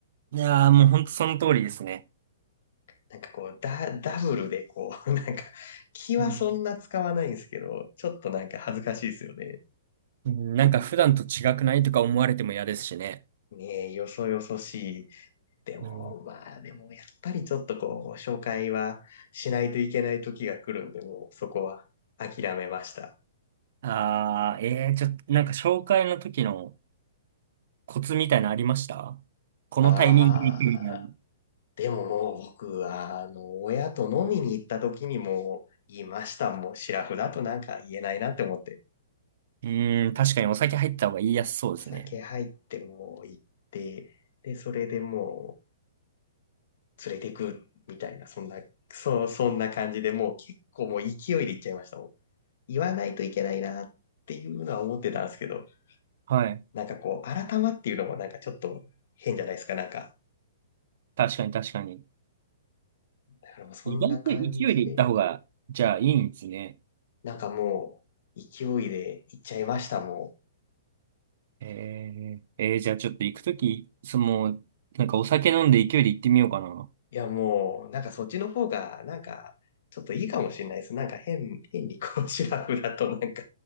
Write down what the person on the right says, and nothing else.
いやー、もうほんとその通りですね。
うん。
うんなんか普段と違くないとか思われても嫌ですしね。
うん。
あー、えー、ちょっと、なんか紹介の時のコツみたいなのありましたこのタイミングで行くみたいな。
う
ーん、確かにお酒入った方が言いやすそうですね。
はい。
確かに確かに。
意外と勢いで行った方が、じゃあいいんですね。
えー、えーじゃあちょっと行くとき、その、なんかお酒飲んで勢いで行ってみようかな。